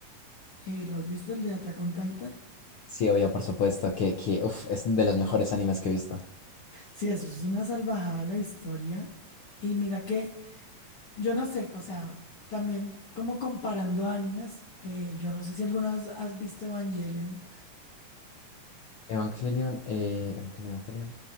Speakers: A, on the left (about 45°); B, on the left (about 75°).
A: Eh, ¿lo has visto el de Attack on Titan?
B: Sí, obvio, por supuesto, que, que uf, es de los mejores animes que he visto.
A: Sí, eso es una salvajada la historia. Y mira que, yo no sé, o sea, también como comparando animes, eh, yo no sé si alguna vez has visto Evangelion.
B: Evangelion, eh, Evangelion, Evangelion.